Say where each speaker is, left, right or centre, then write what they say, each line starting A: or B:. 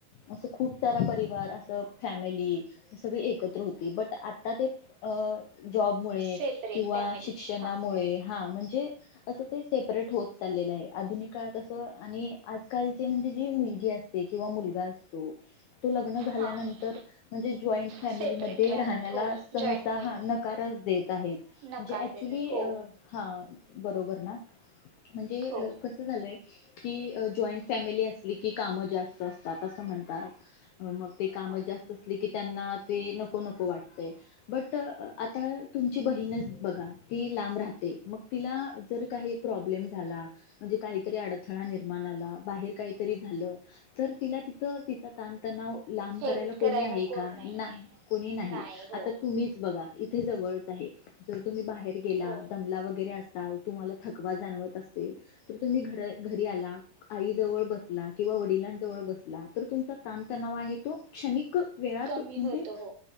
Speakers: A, on the left; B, on the right.
A: असं खूप सारा परिवार असं फॅमिली सगळे एक <unintelligible> बट आता ते अ जॉबमुळे
B: सेपरेट
A: किंवा
B: फॅमिली
A: शिक्षणामुळे
B: हां
A: हा म्हण अस ते सेपरेट होत चाललं आहे आधुनिक काळात अस आणि आजकालचे म्हणजे जी मुलगी असते किंवा मुलगा असतो ते लग्न झाल्यानंतर
B: हां
A: म्हणजे जाॅईंट फॅमिली
B: सेपरेट
A: मध्ये
B: राहतात
A: राहण्याला
B: हो
A: सहसा
B: जॉईंट पण
A: हा न नकार देत आहेत
B: नकार
A: जे ऍक्च्युली
B: देतात हो
A: <unintelligible> बरोबर <unintelligible> म्हणजे
B: हो
A: कस झालय? की जॉईंट फॅमिली असली की कामं जास्त असतात असं म्हणतात मग ते कामं
B: हो
A: जास्त असले की त्यांना ते नको नको वाटते बट अ आता तुमची बहीणच बघा ती लांब राहते मग तिला जर आता तुमची बहीणच बघा ती लांब राहते मग तिला काही प्रॉब्लेम झाला म्हणजे काहीतरी अडथळा निर्माण आला बाहेर काहीतरी झालं तर तिला तिथं तिचा ताणतणाव लांब
B: हेल्प
A: करायला कोणी आहे
B: कोण
A: का?
B: नाही
A: ना
B: आहे
A: कोणी नाही?
B: हो
A: आता तुम्हीच बघा इथे जवळ जर तुम्ही बाहेर गेला
B: हो
A: दमला वगैरे असाल तुम्हाला थकवा जाणवत असेल तर तुम्ही घर घरी आला आई जवळ बसला किंवा वडिलांजवळ बसला तर तुमचा ताणतणाव आहे तो क्षणिक वेळात
B: कमी
A: म्हणजे
B: होतं हो